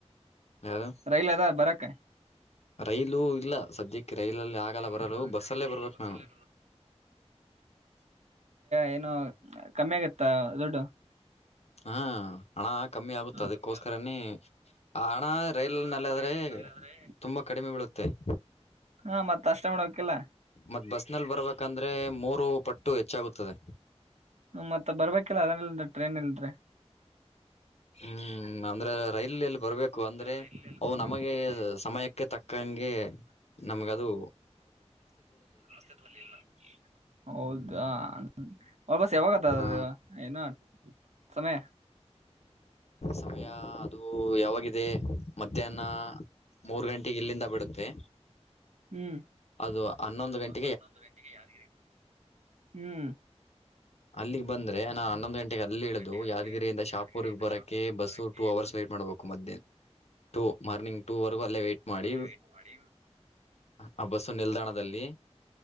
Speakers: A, on the left; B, on the right.
A: ಯಾವ್ದು
B: ರೈಲ್ ಅದ ಬರಕ್ಕೆ
A: ರೈಲು ಇಲ್ಲ ಸದ್ಯಕ್ಕೆ ರೈಲಲ್ಲಿ ಆಗಲ್ಲ
B: ಇಲ್ಲ
A: ಬರಲು
B: ಆಗಲ್ಲ
A: ಬಸ್ಸ ಅಲ್ಲೇ ಬರ್ಬೇಕ
B: ಬಸ್ಸಲ್ಲೇ
A: ನಾನು
B: ಬರ್
A: <unintelligible>
B: ಏನು ಕಮ್ಮಿ ಆಗತ್ತಾ ದೊಡ್ಡು
A: ಹಾ ಹಣ ಕಮ್ಮಿ ಆಗುತ್ತೆ ಅದಕ್ಕೋಸ್ಕರನೇ
B: ಕಮ್ಮಿ
A: ಆ ನ ರೈಲ
B: ಹಣ
A: ನಲ್ಲಾದ್ರೆ
B: ರೈಲ್ ನಲ್ಲಿ ಆದ್ರೆ
A: ತುಂಬಾ ಕಡಿಮೆ ಬೀಳುತ್ತೆ <inaudible>
B: ಹಾ ಮತ್ ಅಷ್ಟ ಮಾಡ್ಬೇಕಿಲ್ಲ
A: ಮತ್ತತ್ ಬಸ್ ನಲ್ಲಿ ಬರ್ಬೇಕಂದ್ರೆ ಮೂರು ಪಟ್ಟು ಹೆಚ್ಚಾಗುತ್ತದೆ
B: ಹ ಮತ್ತ ಬರ್ಬೇಕಿಲ್ಲ ಅದನ್ಲ್ದ ಟ್ರೈನ್ ಇಲ್ದ್ರೆ
A: ಹ್ಮ್ ಅಂದ್ರೆ ರೈಲಲ್ಲಿ ಬರಬೇಕು ಅಂದ್ರೆ
B: ರೈಲಲ್ಲಿ
A: ಅವು
B: ಬರ್ಬೇಕು
A: ನಮಗೆ
B: ಅಂದ್ರೆ
A: ಸಮಯಕ್ಕೆ ತಕ್ಕಂಗೆ ನಮ್ಗದು
B: ಸ್ ತಲ್ಲ ಹೌದಾ <inaudible> ಹ್ಮ ಬಸ್ ಯಾವಾಗತ್ತ
A: ಹ
B: ಏನ ಸಮಯ <unintelligible>
A: ಸಮಯ ಅದು ಯಾವ ಮಧ್ಯಾಹ್ನ ಮೂರ್ ಗಂಟೆಗೆ ಇಲ್ಲಿಂದ ಬಿಡುತ್ತೆ
B: ಹ್ಮ್
A: ಅದು ಹನ್ನೊಂದು ಗಂಟೆ
B: ಹನ್ನೊಂದು ಗಂಟೆಗೆ ಯಾರಗಿ ಹ್ಮ್
A: ಅಲ್ಲಿಗೆ ಬಂದೆ ಅೇ ನಾ <unintelligible> ಹನ್ನೊಂದು ಗಂಟೆಗೆ ಅಲ್ಲಿ ಇಳಿದು
B: ಗಂಟೆಗೆ ಅಲ್ಲಿ
A: ಯಾದಗಿರಿಯಂದ
B: ಇಳಿದು
A: ಶಾಪುರ್ಗ್
B: ಯಾದಗಿರಿಯಿಂದ
A: ಬರೋಕ್ಕೆ
B: ಶಾಪುರಕ್ಕೆ
A: bus two hours
B: bus
A: wait ಮಾಡ್ಬೇಕು ಮಧ್ಯಾಹ್ ಟೂ ಮಾರ್ನಿಂಗ್ ಟೂ ವರೆಗೂ ಅಲ್ಲೇ ವೇಟ್ ಮಾಡಿ
B: ಅಲ್ಲೇ ವೇಟ್ ಮಾಡಿ
A: ಆ ಬಸ್ಸು ನಿಲ್ದಾಣದಲ್ಲಿ